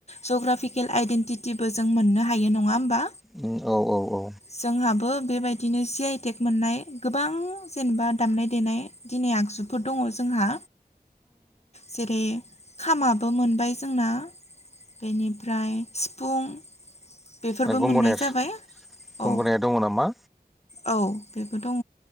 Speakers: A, on the left (about 40°); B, in the centre.
A: जग्राफिकेल आइडेन्टिटिबो जों मोननो हायो नङा होमबा?
B: उम औ औ औ
A: जोंहाबो बेबाय दिनो जि आइ टेक मोननाय गोबां जेनेबा दामनाय देनाय दिनै आगजुफोर दङ जोंहा। जेरै खामाबो मोनबाय जोंना बेनिफ्राय सिफुं बेफोरबो
B: ओ गंग'नेस
A: मोननाय जाबाय
B: गंग'नाया
A: औ
B: दङ नामा?
A: औ बेबो दङ